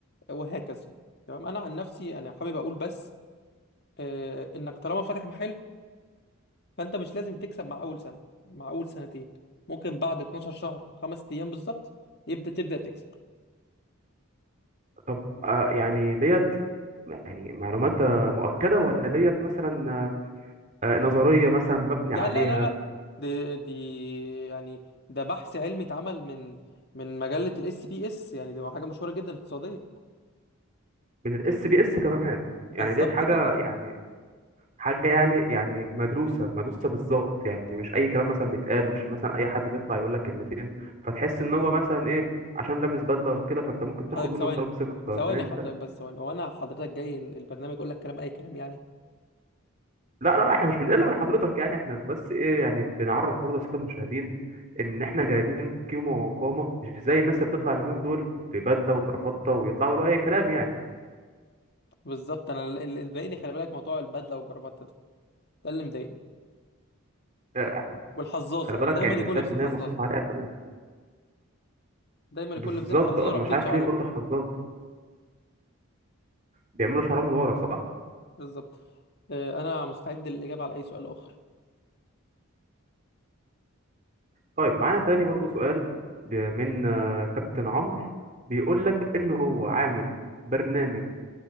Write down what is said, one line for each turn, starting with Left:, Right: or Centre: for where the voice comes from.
Left: وهكذا تمام انا عن نفسي انا حابب اقول بس آه، انك طالما فاتح محل فانت مش لازم تكسب مع اول سنه مع اول سنتين ممكن بعد 12 شهر وخمس ايام بالظبط يبدا تبدا تكسب
Right: طب آه يعني ديت يعني معلومات آه، مؤكدة ولا ديت مثلا آه، نظرية مثلا مبني
Left: لا
Right: عليها
Left: لا لا لا دي دي يعني ده بحث علمي اتعمل من من مجله الاس بي اس يعني دي حاجه مشهوره جدا اقتصاديه
Right: من الاس بي اس كمان
Left: بالظبط
Right: يعني ديت حاجة
Left: كده
Right: يعني حاجة يعني يعني مدروسة مدروسة بالظبط يعني مش أي كلام مثلا بيتقال مش مثلا أي حد بيطلع يقول لك كلمتين فتحس إن هو مثلا إيه عشان لابس بدلة وكده فأنت ممكن تاخد
Left: حضرتك
Right: منه
Left: ثواني
Right: الكلام ثقة لكن
Left: ثواني
Right: أنت
Left: حضرتك بس ثواني وانا حضرتك جاي البرنامج اقول لك كلام اي كلام يعني
Right: لا لا لا إحنا مش بنقل من حضرتك يعني إحنا بس إيه يعني بنعرف برضه السادة المشاهدين إن إحنا جايبين قيمة وقامة مش زي الناس اللي بتطلع اليومين دول ببدلة وجرافطة ويطلعوا يقولوا أي كلام يعني
Left: بالظبط انا ال- اللي مضايقني خلي بالك موضوع البدله والجرافته ده ده اللي مضايقني
Right: آه،
Left: والحظاظه
Right: خلي
Left: يعني
Right: بالك
Left: دايما
Right: يعني
Left: يكون
Right: شايف
Left: لابسين
Right: إن
Left: حظاظه
Right: هي مصروف عليها كمان
Left: دايما يكون
Right: بالظبط
Left: لابسين حظاظه
Right: آه،
Left: ورابطين
Right: مش عارف
Left: شعرهم
Right: ليه برضه حظاظ بيعملوا شعرهم لورا صح؟
Left: بالظبط آه، انا مستعد للاجابه على اي سؤال اخر
Right: طيب معانا تاني برضو سؤال ب- من آه، كابتن عمرو بيقول لك ان هو عامل برنامج